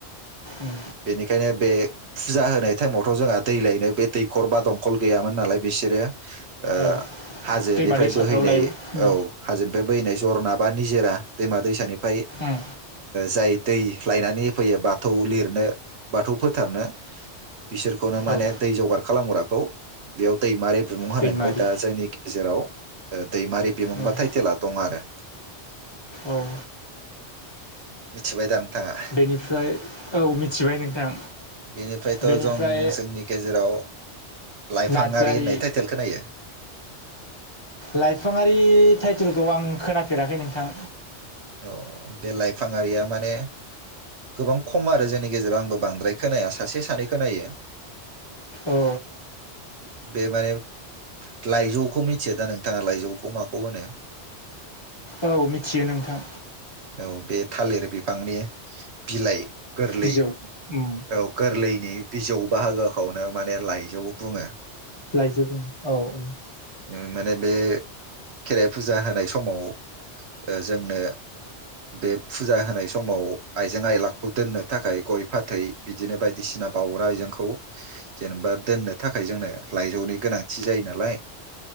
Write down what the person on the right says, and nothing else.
बेनिखायनो बे फुजा होनाय टाइमावथ जोंहा दै लायनो बे दैखर बा दंखल गैयामोन नालाय बिसोरो ओ
हाजोनिफ्राय
बोहै दै
औ हाजोनिफ्राय बोैनाय जरना बा निजेरा दैमा दैसानि फाय
जाय दै लायनानै होफैयो बाथौ लिरनो बाथौ फोथारनो बिसोरखौनो माने
दै जगार खालामग्राखौ बेयाव दैमारि बिमुं हानायनिफ्राय
दा जोंनि गेजेराव ओ दैमारि बिमुंबा
थटाइटेला दं आरो
मिथिबाय दां नोंथाङा
बेनिफ्रायथ
जों जोंनि गेजेराव लाइफाङि
होननाय टाइटेलखौ नायो
औ बे लाइफांङारिया माने गोबां खम आरो जोंनि गेजेराव आंबो बांद्राय खोनाया सासे सानै खोनायो
बे माने लाइजौखौ मिथियो दा नोंथाङा लाइजौखौ माखौ होनो
औ बे थालिर बिफांनि बिलाइ गोरलै
औ गोरलैनि बिजौ बाहागोखौनो माने लाइजौबो बुङो
उम माने बे खेराइ फुजा होनाय समाव ओ जोंनो बे फुजा होनाय समाव आइजें आयलाखौ दोननो थाखाय गय फाथै बिदिनो बायदिसिना बाउग्रा आइजेंखौ जेनेबा दोननो थाखाय जोंनो लाइजौनि गोनांथि जायो नालाय